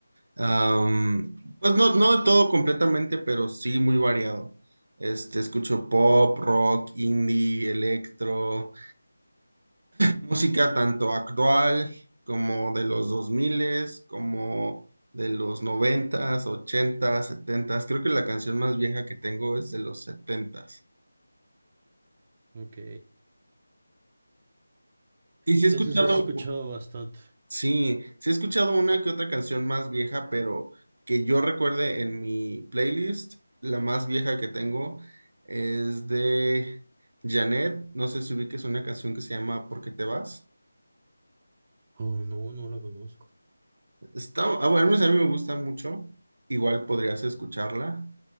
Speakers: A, on the right; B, on the right.
A: Am, pues no, no de todo completamente, pero sí muy variado. Este, escucho pop, rock, indie, electro. Música tanto actual como de los 2000, como de los 90s, 80 Creo que la canción más vieja que tengo es de los 70
B: Ok.
A: Y sí
B: Entonces
A: he escuchado,
B: has escuchado bastante.
A: sí, sí he escuchado una que otra canción más vieja, pero que yo recuerde en mi playlist, la más vieja que tengo es de Janet. No sé si ubiques una canción que se llama ¿Por qué te vas?
B: Oh, no, no la conozco.
A: Está, ah, bueno, a mí me gusta mucho. Igual podrías escucharla.